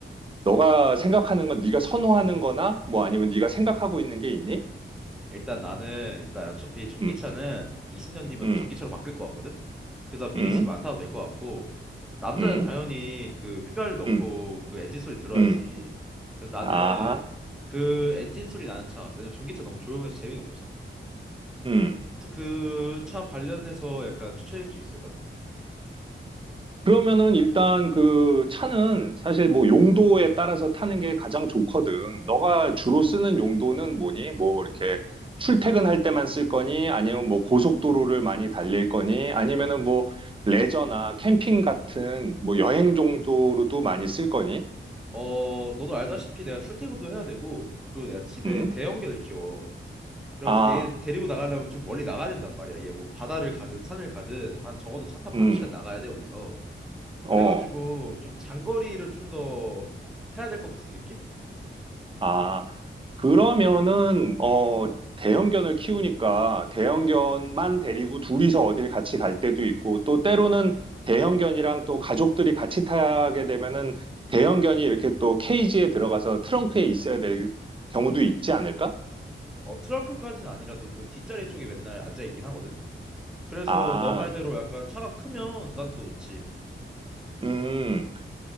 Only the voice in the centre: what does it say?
일단 나는 일단 어차피 전기차는
20년 뒤면
다 전기차로 바뀔 것 같거든. 그래서 미리
지금 안 타도 될 것 같고 남자는
당연히 그 휘발유 넣고
그 엔진 소리 들어야지.
그래서 나는
그 엔진 소리 나는 차. 왜냐면 전기차 너무 조용해서 재미가 없어.
그 차 관련해서 약간 추천해 줄 수 있을까?
음.
어, 너도 알다시피 내가 출퇴근도 해야 되고 그리고 내가 집에
대형견을 키워. 그래가지고
얘 데리고 나가려면 좀 멀리 나가야 된단 말이야. 얘 뭐 바다를 가든 산을 가든 한 적어도 차 타고
한두 시간 나가야 돼 여기서.
그래가지고 좀 장거리를 좀 더 해야 될 것 같은 느낌?
어.
어 트렁크까지는 아니라도 그 뒷자리 쪽에 맨날 앉아 있긴 하거든. 그래서
너 말대로 약간 차가 크면 난 더 좋지.